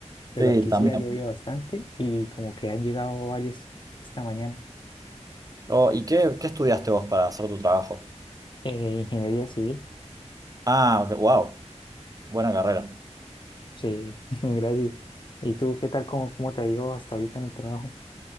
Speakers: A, on the left; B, on the right.
A: pero
B: sí,
A: aquí
B: también.
A: sí ha llovido bastante y como que han llegado varias esta mañana.
B: Oh, ¿y qué, qué estudiaste vos para hacer tu trabajo?
A: Eh, ingeniería civil,
B: Ah, ok, wow, buena carrera.
A: sí, <laughs> gracias. ¿Y tú qué tal? ¿Cómo, cómo te ha ido hasta ahorita en el trabajo?